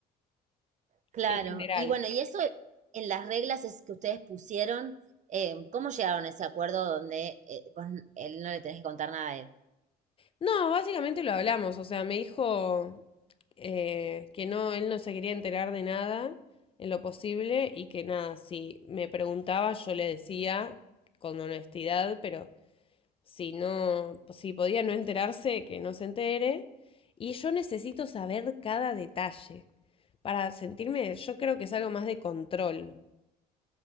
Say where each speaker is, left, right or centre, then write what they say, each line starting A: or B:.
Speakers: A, on the right; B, on the left.
A: Claro,
B: en general.
A: y bueno, y eso en las reglas es que ustedes pusieron, eh, ¿cómo llegaron a ese acuerdo donde eh, vos n- él no le tenés que contar nada a él?
B: No, básicamente lo hablamos, o sea, me dijo eh, que no, él no se quería enterar de nada en lo posible y que nada, si me preguntaba yo le decía con honestidad, pero si no, si podía no enterarse, que no se entere. Y yo necesito saber cada detalle para sentirme, yo creo que es algo más de control.